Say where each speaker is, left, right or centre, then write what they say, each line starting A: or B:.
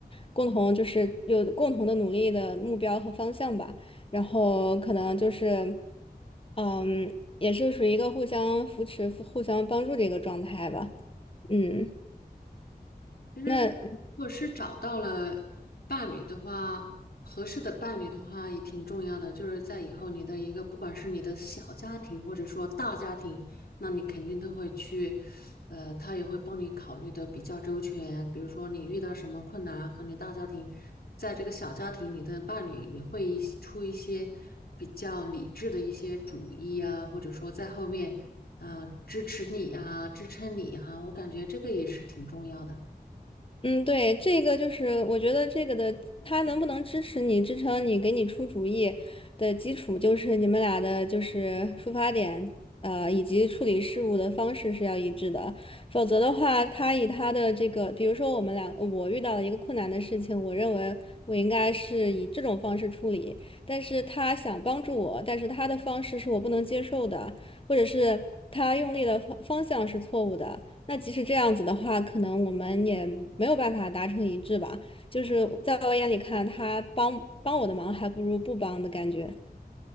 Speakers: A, on the left; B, on the left.
A: 共同就是有共同的努力的目标和方向吧，然后可能就是，嗯，也是属于一个互相扶持、互相帮助的一个状态吧，嗯。
B: 其实，
A: 那
B: 如果是找到了伴侣的话，合适的伴侣的话也挺重要的。就是在以后你的一个，不管是你的小家庭或者说大家庭，那你肯定都会去，呃，他也会帮你考虑的比较周全。比如说你遇到什么困难，和你大家庭，在这个小家庭里的伴侣也会一出一些比较理智的一些主意啊，或者说在后面啊，支持你啊，支撑你啊，我感觉这个也是挺重要的。
A: 嗯，对，这个就是我觉得这个的，他能不能支持你、支撑你、给你出主意的基础，就是你们俩的就是出发点，呃，以及处理事务的方式是要一致的。否则的话，他以他的这个，比如说我们俩，我遇到了一个困难的事情，我认为我应该是以这种方式处理，但是他想帮助我，但是他的方式是我不能接受的，或者是他用力的方方向是错误的。那即使这样子的话，可能我们也没有办法达成一致吧。就是在我眼里看，他帮帮我的忙，还不如不帮的感觉。